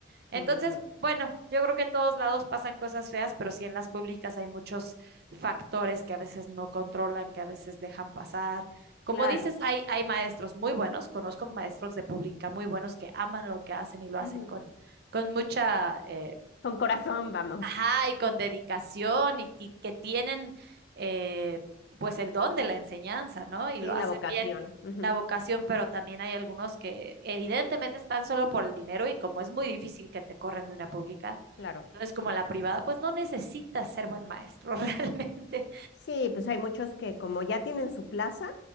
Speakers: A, on the left; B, on the right.
A: qué
B: entonces,
A: horrible.
B: bueno, yo creo que en todos lados pasan cosas feas, pero sí en las públicas hay muchos factores que a veces no controlan, que a veces dejan pasar. Como
A: Claro,
B: dices, hay, hay maestros muy buenos, conozco maestros de pública muy buenos que aman lo que hacen y lo hacen
A: Ujú.
B: con, con mucha... eh,
A: con corazón vamos.
B: Ajá, y con dedicación y, y que tienen eh, pues el don de la enseñanza, ¿no? Y
A: Sí,
B: lo hacen
A: la vocación.
B: bien
A: Ujú,
B: la vocación, pero también hay algunos que evidentemente están solo por el dinero y como es muy difícil que te corran de una pública,
A: Claro.
B: no es como la privada, pues no necesitas ser buen maestro <laughs> realmente.
A: Sí, pues hay muchos que como ya tienen su plaza,